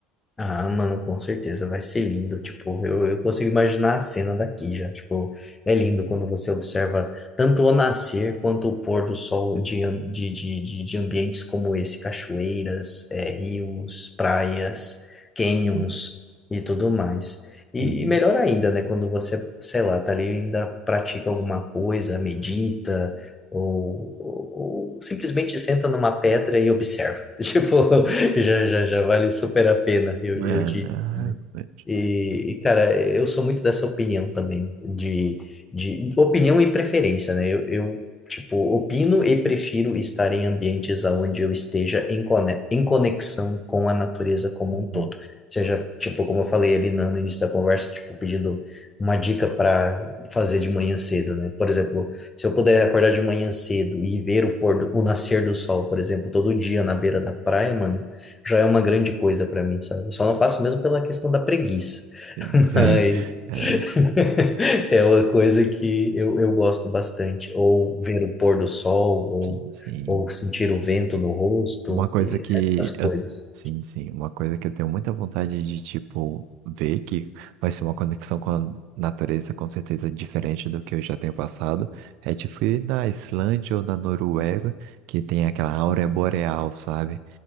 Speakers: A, on the left; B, on the right.
A: Ah, mano, com certeza vai ser lindo. Tipo, eu, eu consigo imaginar a cena daqui já. Tipo, é lindo quando você observa tanto o nascer quanto o pôr do sol de, am- de, de, de, de ambientes como esse, cachoeiras, é, rios, praias, canyons
B: Hum.
A: e tudo mais. E,
B: Uhum.
A: e melhor ainda, né, quando você, sei lá, tá ali e ainda pratica alguma coisa, medita. Ou, ou, ou simplesmente senta numa pedra e observa. <laughs> Tipo, já, já, já vale super a pena, eu,
B: É, é,
A: eu digo.
B: realmente.
A: E, e, cara, eu sou muito dessa opinião também, de, de opinião e preferência, né? Eu, eu, tipo, opino e prefiro estar em ambientes onde eu esteja em, cone- em conexão com a natureza como
B: Uhum.
A: um todo. Seja, tipo, como eu falei ali na- no início da conversa, tipo, pedindo uma dica para fazer de manhã cedo, né? Por exemplo, se eu puder acordar de manhã cedo e ver o pôr do, o nascer do sol, por exemplo, todo dia na beira da praia, mano já é uma grande coisa para mim, sabe? Eu só não faço mesmo pela questão da preguiça,
B: Sim,
A: <laughs>
B: sim.
A: mas
B: <laughs> É,
A: <laughs> é uma coisa que eu, eu gosto bastante. Ou ver o pôr do sol, ou,
B: sim, sim.
A: ou sentir o vento no rosto,
B: Uma coisa
A: e
B: que
A: essas coisas.
B: eu. Sim, sim. Uma coisa que eu tenho muita vontade de, tipo, ver que vai ser uma conexão com a natureza, com certeza diferente do que eu já tenho passado. É tipo ir na Islândia ou na Noruega, que tem aquela áurea boreal, sabe?